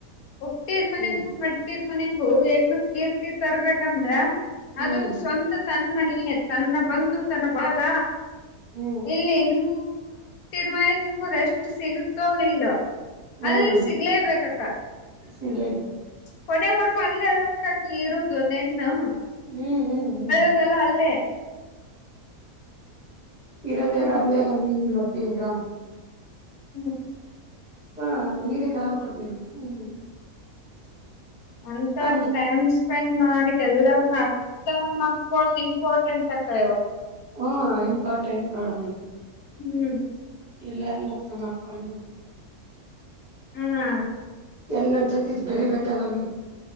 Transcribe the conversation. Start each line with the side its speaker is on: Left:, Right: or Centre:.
Left: ಹಟ್ಟಿದ ಮನಿಗೂ,
Right: ಹ್ಮ್
Left: ಮೆಟ್ಟಿದ ಮನಿಗೂ, ಹೆಣ್ಣ ಕೀರ್ತಿ ತರರ್ಬೇಕಂದ್ರ,
Right: ಹ್ಮ್
Left: ಅದು ಸ್ವಂತ ತನ್ ಮನಿ, ತನ್ನ ಬಂದು ತನ್ನ ಬಳಗ,
Right: ಹ್ಮ್
Left: ಇಲ್ಲಿ ಇನ್ನು ನಾವು ಹುಟ್ಟಿದ ಮೇಲೆ ನಮಗು ರೆಸ್ಟ್ ಸಿಗುತ್ತೋ ಇಲ್ಲೋ.
Right: ಹ್ಮ್
Left: ಅಲ್ಲಿ
Right: ನಮ್
Left: ಸಿಗಲೇಬೇಕ ಅಕ್ಕ.
Right: <unintelligible>
Left: ಕೊನೆವರ್ಗು ಅಲ್ಲೇ ಅಲ್ಲ ಅಕ್ಕ ಇರುದು ಒಂದ್ ಹೆಣ್ಣು.
Right: ಹ್ಮ್, ಹ್ಮ್, ಹ್ಮ್
Left: ಕಳೆಯೋದೆಲ್ಲ ಅಲ್ಲೇ
Right: ಇರೋದೆಲ್ಲ
Left: ಹ್ಮ್
Right: ಅಲ್ಲೆಲ್ಲ ನೀ ಮತ್ತೆ ಈಗ.
Left: ಹ್ಮ್.
Right: <unintelligible>
Left: ಒಂತರ
Right: ಹಂಗ
Left: ಟೈಮ್ ಸ್ಪೆಂಡ್, ಮಾಡಿ ಎಲ್ಲರನ್ನ ಅರ್ಥ ಮಾಡ್ಕೊಳೋದು ಇಂಪಾರ್ಟೆಂಟ್ ಅಕ್ಕ ಇವ್ಗ್.
Right: ಹ್ಮ ಇಂಪಾರ್ಟೆಂಟ್ ನೋಡಮ.
Left: ಹ್ಮ್.
Right: ಎಲ್ಲಾರು ಮುಕ್ತ ಮಾಡ್ಕೊಂಡು.
Left: ಹ್ಮ್
Right: ಎಲ್ಲ ಜೊತೆ ಬೆರೀಬೇಕಲ್ಲ ಮ